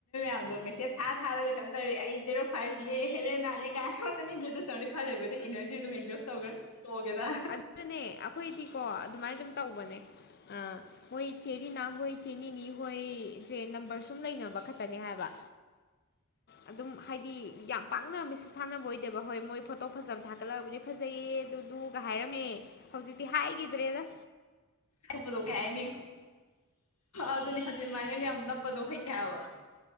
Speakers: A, on the left; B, on the left.
A: ꯑꯗꯣ ꯃꯦꯁꯦꯁ ꯊꯥ ꯊꯥꯔꯒ ꯀꯩꯅꯣ ꯇꯧꯔꯦ ꯑꯩ ꯖꯦꯔꯣ ꯐꯥꯏꯚꯅꯦ ꯍꯦꯜꯂꯦ ꯅꯥꯅꯦ ꯀꯥꯏꯛꯇꯅ ꯏꯟ꯭ꯔꯣꯗ꯭ꯌꯨꯁ ꯇꯧꯔ ꯈꯂꯕꯗꯤ ꯏꯅꯔꯖꯤ ꯑꯗꯨꯝ ꯑꯦꯖꯣꯔꯁ ꯇꯧꯔꯒ ꯁꯒꯦꯗ
B: ꯑꯗꯨꯅꯦ ꯑꯩꯈꯣꯏꯗꯤꯀꯣ ꯑꯗꯨꯃꯥꯏꯅ ꯑꯗꯨꯝ ꯇꯧꯕꯅꯦ ꯑ ꯃꯣꯏ ꯆꯦ ꯔꯤ ꯍ ꯆꯅꯤꯅꯤ ꯍꯣꯏ ꯁꯦ ꯅꯝꯕꯔ ꯁꯨꯝ ꯂꯩꯅꯕ ꯈꯛꯇꯅꯦ ꯍꯥꯏꯕ ꯑꯗꯨꯝ ꯍꯥꯏꯗꯤ ꯌꯥꯝ ꯄꯥꯛꯅ ꯃꯦꯁꯦꯁ ꯊꯥꯅꯕ ꯑꯣꯏꯗꯦꯕ ꯍꯣꯏ ꯃꯣꯏ ꯐꯣꯇꯣ ꯐꯖꯕ ꯊꯥꯒꯠꯂꯕꯗꯤ ꯐꯖꯩꯌꯦ ꯑꯗꯨꯗꯨ ꯍꯥꯏꯔꯝꯃꯦ ꯍꯧꯖꯤꯛꯇꯤ ꯍꯥꯏꯈꯤꯗ꯭ꯔꯦꯗ
A: ꯅꯞꯄꯗꯣ ꯀꯩ ꯍꯥꯏꯅꯤ ꯑꯗꯨꯅꯤ ꯍꯧꯖꯤꯛꯃꯥꯏꯅ ꯌꯥꯝ ꯅꯞꯄꯗꯣ ꯍꯩꯇꯕ